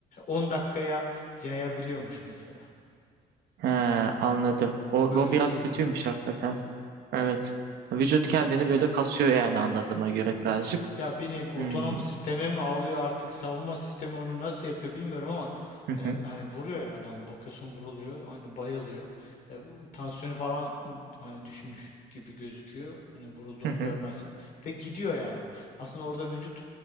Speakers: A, on the left; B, on the right.
A: 10 dakikaya yayabiliyormuş mesela
B: He, anladım. O, o
A: ölüm
B: biraz
A: süresini.
B: kötüymüş hakikaten. Evet. Vücut kendini böyle kasıyor yani anladığıma göre birazcık.
A: Ya, ya bir nevi otonom
B: Hmm.
A: sisteme mi alıyor artık savunma sistemi onu nasıl yapıyor bilmiyorum ama
B: Hı hı.
A: hani, hani vuruyor ya adam bakıyorsun vuruluyor hani bayılıyor E, bu tansiyonu falan ı, hani düşmüş gibi gözüküyor hani vurulduğunu
B: Hı hı.
A: görmezsen ve gidiyor ya adam aslında orada vücut